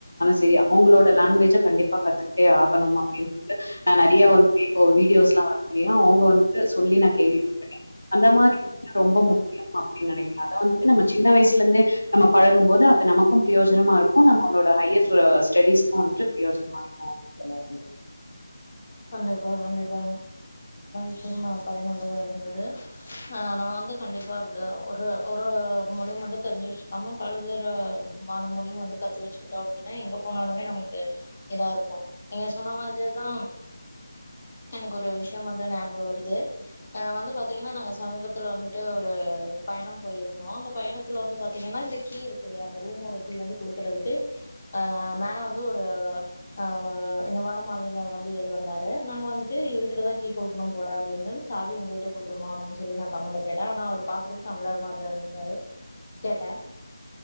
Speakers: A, on the left (about 85°); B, on the left (about 40°).
A: சரி அவங்களோட லாங்வேஜ கண்டிப்பா கத்துக் க்டேஆகணு அப்படின்னு சொல்ட்டு நா நறைய வந்துட்டு இப்போ வீடியோஸ்லா வரது இலையா அவங்க வந்துட்டு சொல்லி நா கேள்விப்பட்டிருக்கே அந்த மாரி <unintelligible> ரொம்ப முக்கியம் அப்டின்னு நனைக்கிறே அத வந்துட்டு நம்ம சின்ன வயசுல இருந்தே நம்ம பழகும் போது அது நமக்கும் பிரயோஜனமா இருக்கு நம்மளோட ஹையர் ஸ்டடிஸ்க்கு வந்துட்டு பிரயோஜனமா இருக்குனு சொல்ல வரே தோழி
B: கண்டிப்பா கண்டிப் <inaudible> <unintelligible> பயனுள்ளதா இருந்தது ஆ நா வந்து கண்டிப்பா இப்படிதா ஒரு ஒரு மொழி மட்டு தெரிஞ்சு வச்சுக்காம பல்வேறு மான மொழி வந்து கத்து வச்சுக்கிட்டோ அப்படின்னா எங்க போனாலுமே நமக்கு இதா இருக்கு நீங்க சொன்ன மாதிர்தா எனக்கு ஒரு விஷயம் வந்து ஞாபக வருது அ வந்து பாத்தீங்கனா நா சமீபத்துல வந்துட்டு ஒரு பயணம் போயிருந்தோ அந்த பயணத்துல வந்து பா்த்தீங்கன்னா இந்த கீ இருக்கு இல்லையா அந்த ரூமோட கீ வந்து குடுக்கறதுக்கு ஆ மேல வந்து ஒரு ஆ ஆ இந்த வட மாநல வந்து வந்தாரு நாங்க வந்துட்டு இவர் கிட்ட தா கீ குடுக்கனு போல அப்டின்னு சாவி உங்ககிட்ட குடுக்கனுமா அப்டின் சொல்லி நா தமிழ்ல கேட்டே ஆனா அவர் பாக்ரக்கு தமிழால் மாத்ரி தா இருந்தாரு கேட்டே